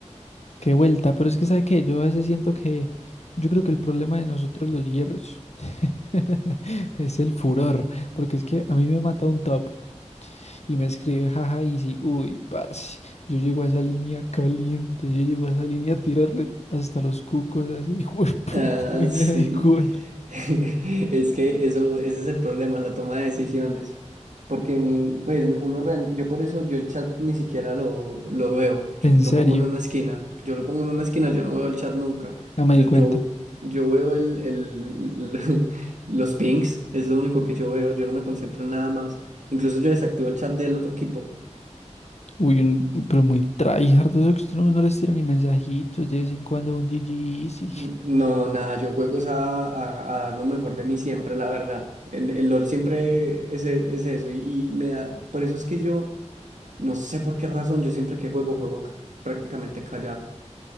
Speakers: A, on the left; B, on the right.
A: qué vuelta, pero es que sabe que yo a veces siento que yo creo que el problema de nosotros los hierros <laughs> es el furor, porque es que a mí me mata un top y me escribe jaja y easy, uy, parce, yo llego a esa línea caliente, yo llego a esa línea a tirarle hasta los cucos, así, hijo de puta,
B: Ah,
A: a mí me
B: sí.
A: da igual.
B: <laughs> Es que eso, ese es el problema, la toma de decisiones. Porque, mm, pues, uno real- yo por eso yo el chat ni siquiera lo, lo veo. Yo
A: En
B: lo
A: serio,
B: pongo en una esquina. Yo lo pongo en una esquina, yo no veo el chat nunca.
A: ya me
B: Yo,
A: di cuenta.
B: yo, yo veo el, el- <laughs> los pings, es lo único que yo veo. Yo no me concentro en nada más. Incluso yo desactivo el chat del otro equipo.
A: Uy, un- pero muy tryhard, eso que usted no, no les tira ni mensajitos, de vez en cuando un GG sí
B: N- No, nada, yo juego es a, a- a dar lo mejor de mí siempre, la verdad. En, el LOL siempre es, e- es eso y, y me da, por eso es que yo, no sé por qué razón, yo siempre que juego, juego ca- prácticamente callado.